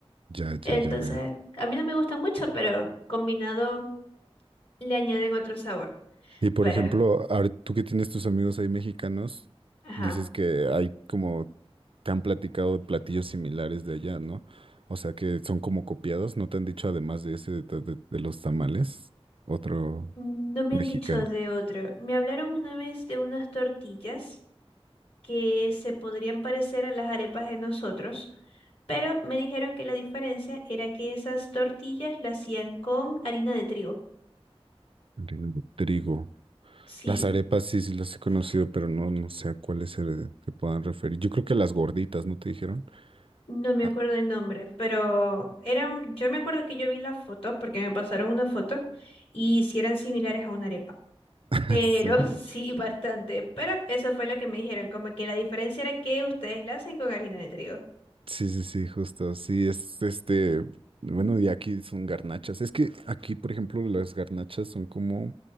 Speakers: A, on the right; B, on the left.
A: ya,
B: Entonces,
A: ya, ya veo.
B: a mí no me gustan mucho, pero combinado le añaden otro sabor.
A: Y por
B: Pero,
A: ejemplo, ahora tú que tienes tus amigos ahí mexicanos,
B: ajá.
A: dices que hay como, te han platicado de platillos similares de allá, ¿no? O sea, que son como copiados, ¿no te han dicho además de ese, de, de- de los tamales, otro
B: No me
A: mexicano?
B: han dicho de otro. Me hablaron una vez de unas tortillas que se podrían parecer a las arepas de nosotros, pero me dijeron que la diferencia era que esas tortillas las hacían con harina de trigo.
A: Harina de trigo.
B: Sí,
A: Las arepas sí, sí las he conocido, pero no, no sé a cuáles se, se puedan referir. Yo creo que las gorditas, ¿no te dijeron?
B: No me
A: Ah,
B: acuerdo el nombre, pero eran, yo me acuerdo que yo vi la foto porque me pasaron una foto y si eran similares a una arepa,
A: <laughs>
B: pero
A: sí.
B: <laughs> sí bastante, pero eso fue lo que me dijeron, como que la diferencia era que ustedes la hacen con harina de trigo.
A: Sí, sí, sí, justo. Sí, es este. Bueno,
B: Ujú,
A: y aquí son garnachas. Es que aquí, por ejemplo, las garnachas son como